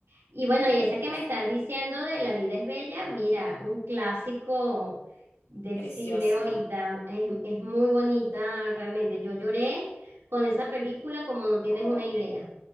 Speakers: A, on the right; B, on the left.
A: Y bueno,
B: Ay,
A: y
B: no,
A: esa
B: buenísima.
A: que me estás diciendo de La vida es bella, mira, un clásico del
B: Preciosa.
A: cine ahorita,
B: ¿eh?
A: es, es muy bonita realmente. Yo lloré con esa película como no tienes
B: Oh,
A: una idea.